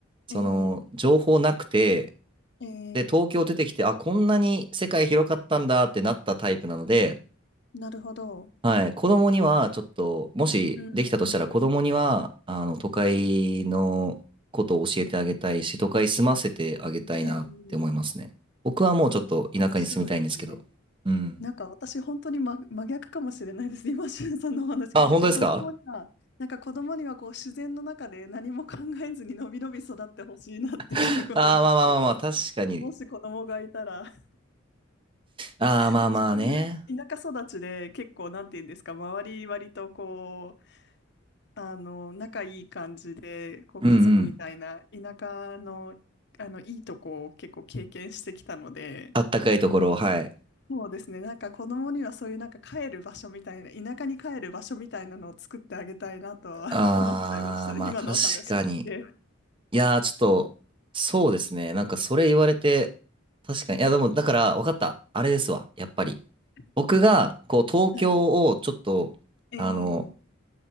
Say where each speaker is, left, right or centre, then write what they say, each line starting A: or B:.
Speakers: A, on the right; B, on the left.
A: その情報なくて、
B: えー、えー、
A: で、東京出てきて、あ、こんなに世界広かったんだってなったタイプなので、
B: なるほど。
A: はい、子供にはちょっと、もしできたとしたら子供には、
B: うーん。
A: あの、都会のことを教えてあげたいし、都会住ませてあげたいなって思いますね。
B: あええ
A: 僕はもうちょっと田舎に住みたいんですけど。
B: あ、面白いですね。
A: うん。
B: なんか私本当に真、真逆かもしれないです。今、しゅんさんのお話聞いてて、
A: あ、本当ですか
B: 子供には、なんか子供にはこう自然の中で何も考えずにのびのび育ってほしいなって
A: あ
B: <laughs> 自分は思っている。
A: <laughs> あー、まあまあまあまあ、確かに。
B: もし子供がいたら、
A: ああ、まあまあね。
B: 自分が田舎育ちで結構なんて言うんですか、周り割とこう、あの、仲いい感じで、こう家族みたいな田舎の、
A: うんうん。
B: あの、いいとこを結構経験してきたので、
A: あったかいところ、はい。
B: そうですね。なんか子供にはそういうなんか帰る場所みたいな、田舎に帰る場所みたいなのを作ってあげたいなとは
A: あー、
B: <laughs> 思っちゃいましたね。
A: まあ確かに。
B: 今のお話聞いて。
A: いやー、ちょっと、そうですね。なんかそれ言われて、確かに。いや、でも、だから、わかった。あれですわ。やっぱり。僕が、
B: <laughs>
A: こう、東京をちょっと、
B: はい。えー、
A: あの、